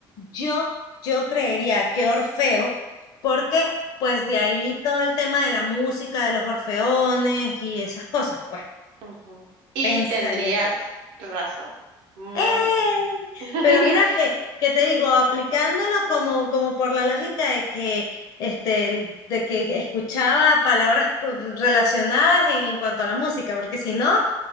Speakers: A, on the left; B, on the right.
A: Yo, yo creería que Orfeo, porque pues de ahí todo el tema de la música, de los orfeones y esas cosas, pues
B: Ujú. Y
A: pensaría
B: tendrías
A: yo.
B: razón. Muy
A: ¡Eh!
B: bien. <laughs>
A: Pero mira que, que te digo, aplicándolo como, como por la lógica de que, este, de que escuchaba palabras co- relacionadas en, en cuanto a la música, porque si no,